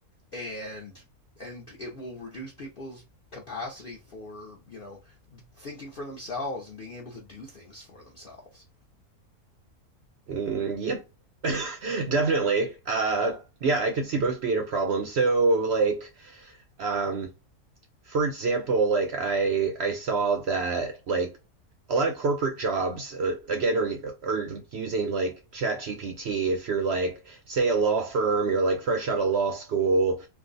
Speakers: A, on the left; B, on the right.
A: and and it will reduce people's capacity for you know thinking for themselves and being able to do things for themselves
B: Mm, yep. <laughs> Definitely. Uh yeah, I could see both being a problem. So like um for example, like I I saw that like a lot of corporate jobs uh, again are are using like ChatGPT. If you're like say a law firm, you're like fresh out of law school.